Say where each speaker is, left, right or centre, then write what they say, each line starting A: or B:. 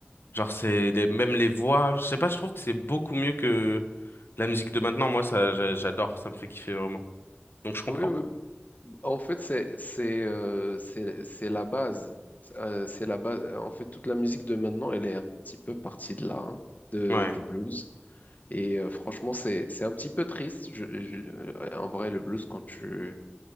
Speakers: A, on the left (about 65°); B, on the left (about 45°).
A: Genre, c'est les- même les voix. Je sais pas, je trouve que c'est beaucoup mieux que la musique de maintenant. Moi, ça, j'a- j'adore. Ça me fait kiffer vraiment. Donc, je comprends.
B: oui, oui, En fait, c'est c'est euh, c'est c'est la base. Euh, c'est la base. En fait, toute la musique de maintenant, elle est un petit peu partie de là, hein, de,
A: Ouais,
B: du blues. Et euh, franchement, c'est c'est un petit peu triste. Je- je- euh, en vrai, le blues, quand tu